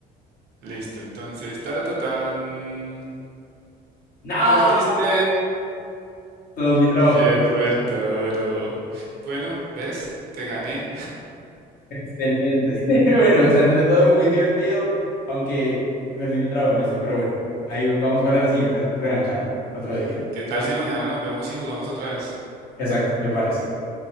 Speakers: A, on the right; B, on the left.
A: Listo, entonces, taratatán.
B: No,
A: Perdiste,
B: todo mi trabajo,
A: Guillermo
B: ¿no?
A: del Toro. Bueno, ¿ves? Te gané.
B: Excelente. <laughs> Bueno, o sea, entre todo muy divertido, aunque perdí mi trabajo en esto, pero bueno, ahí vamos para la siguiente revancha, otro día.
A: ¿Qué tal si mañana nos vemos y jugamos otra vez?
B: Exacto, me parece.